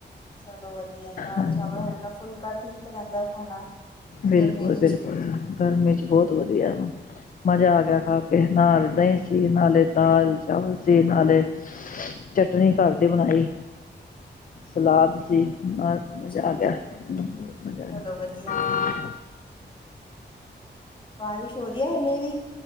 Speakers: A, on the left; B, on the left.
A: ਚਲੋ ਵਧੀਆ ਦਾਲ
B: ਹਾਂਜੀ
A: ਚਾਵਲ ਹਲਕਾ ਫੁਲਕਾ ਠੀਕ ਰਹਿੰਦਾ ਖਾਣਾ
B: ਬਿਲਕੁਲ-ਬਿਲਕੁਲ
A: ਗਰਮੀ ਵਿੱਚ
B: ਗਰਮੀ ਚ ਬਹੁਤ ਵਧੀਆ ਮਜ਼ਾ ਆ ਗਿਆ ਖਾ ਕੇ ਨਾਲ ਦਹੀਂ ਸੀ ਨਾਲੇ ਦਾਲ ਚਾਵਲ ਸੀ ਨਾਲੇ ਚਟਨੀ ਘਰ ਦੀ ਬਣਾਈ, ਸਲਾਦ ਸੀ। ਅਜ
A: ਅੱਛਾ
B: ਮਜ਼ਾ ਆ ਗਿਆ ਬਹੁਤ ਮਜ਼ਾ
A: ਚਲੋ ਵਧੀਆ
B: ਆ
A: ਬਾਰਿਸ਼ ਹੋ ਰਹੀ ਹੈ ਹਲੇ ਵੀ?